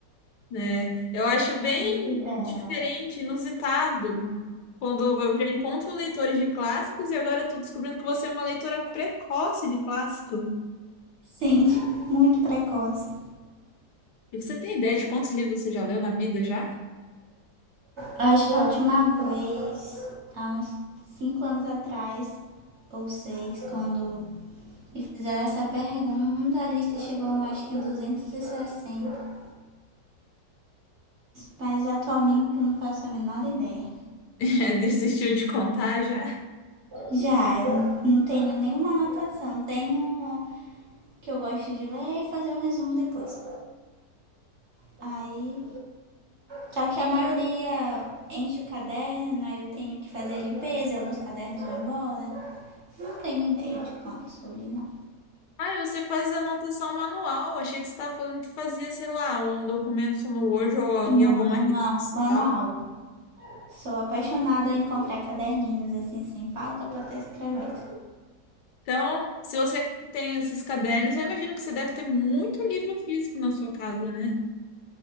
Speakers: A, on the left; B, on the right.
A: né, eu acho bem
B: Livre dela.
A: diferente, inusitado, quando eu já encontro leitores de clássicos e agora eu estou descobrindo que você é uma leitora precoce de clássico.
B: Sim, muito precoce.
A: E você tem ideia de quantos livros você já leu na vida já?
B: Acho que a última vez, há uns cinco anos atrás, ou seis, quando me fizeram essa pergunta, a lista chegou acho que em 260. Mas atualmente eu não faço a menor ideia.
A: <laughs> Desistiu de contar já?
B: Já, não- não tenho nenhuma anotação. Tenho o que eu gosto de ler e fazer um resumo depois. Aí, só que a maioria enche o caderno, aí eu tenho que fazer a limpeza, alguns cadernos vão embora. Não tenho ideia de quantos eu li, não.
A: Ah, você faz anotação manual. Achei que você estava falando que fazia, sei lá, um documento no Word ou
B: Não,
A: em alguma rede
B: não.
A: social.
B: Manual. Sou apaixonada em comprar caderninhos assim, sem pauta pra estar escrevendo.
A: Então, se você tem esses cadernos, eu imagino que você deve ter muito livro físico na sua casa, né?